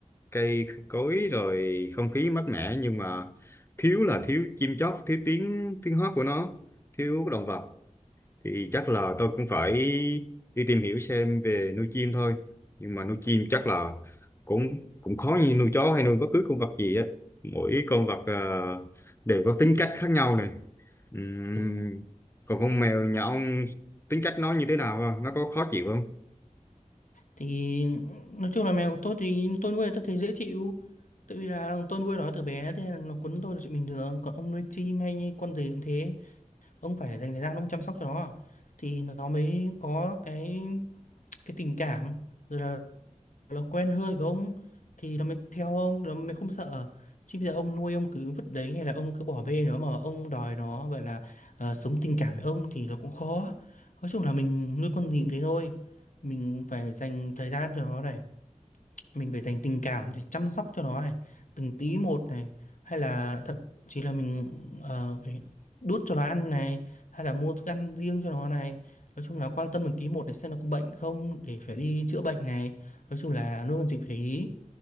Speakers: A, on the left; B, on the left.
A: cây cối rồi không khí mát mẻ nhưng mà thiếu là thiếu chim chóc thiếu tiếng tiếng hót của nó thiếu động vật thì chắc là tôi cũng phải đi tìm hiểu xem về nuôi chim thôi nhưng mà nuôi chim chắc là cũng cũng khó như nuôi chó hay nuôi bất cứ con vật gì á mỗi con vật ờ, đều có tính cách khác nhau này Ừm, Còn con mèo nhà ông tính cách nó như thế nào không? Nó có khó chịu không?
B: thì nói chung là mèo của tôi thì tôi nuôi tôi thấy dễ chịu tại vì là tôi nuôi nó từ bé thế nên nó quấn tôi là chuyện bình thường còn ông nuôi chim hay như con gì cũng thế ông phải dành thời gian ông chăm sóc cho nó thì nó mới có cái cái tình cảm rồi là nó quen hơi với ông thì nó mới theo ông nó mới không sợ chứ bây giờ ông nuôi ông cứ vứt đấy hay là ông cứ bỏ bê nó mà ông đòi nó gọi là ờ, sống tình cảm với ông thì nó cũng khó nói chung là mình nuôi con gì cũng thế thôi mình phải dành thời gian cho nó này mình phải dành tình cảm để chăm sóc cho nó này từng tí một này hay là thậm chí là mình ờ, phải đút cho nó ăn này hay là mua thức ăn riêng cho nó này nói chung là quan tâm từng tí một để xem nó có bệnh không để phải đi chữa bệnh này nói chung là nuôi con chim phải để ý